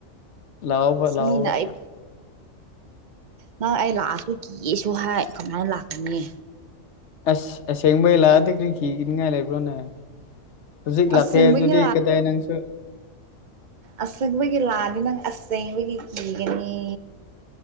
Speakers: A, on the left (about 60°); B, on the right (about 50°).
A: ꯂꯑꯣꯕ
B: ꯑꯁ
A: ꯂꯑꯣꯕ
B: ꯃꯤꯅ ꯑꯩ ꯅꯪ ꯑꯩ ꯂꯥꯛꯑꯁꯨ ꯀꯤꯌꯦꯁꯨ ꯍꯥꯏ ꯀꯃꯥꯏ ꯂꯥꯛꯀꯅꯤ꯫
A: ꯑꯁ ꯑꯁꯦꯡꯕꯩ ꯂꯥꯛꯑꯗꯤ ꯀ꯭ꯔꯤ ꯀꯤꯅꯤꯡꯉꯥꯏ ꯂꯩꯕ꯭ꯔꯣꯅꯦ꯫ ꯍꯧꯖꯤꯛ
B: ꯑꯁꯦꯡꯕꯒꯤ
A: ꯂꯥꯛꯀꯦ ꯑꯗꯨꯗꯤ ꯀꯥꯗꯥꯏ ꯅꯪꯁꯨ꯫
B: ꯑꯁꯪꯕꯒꯤ ꯂꯥꯛꯑꯗꯤ ꯅꯪ ꯑꯁꯦꯡꯕꯒꯤ ꯀꯤꯒꯅꯤ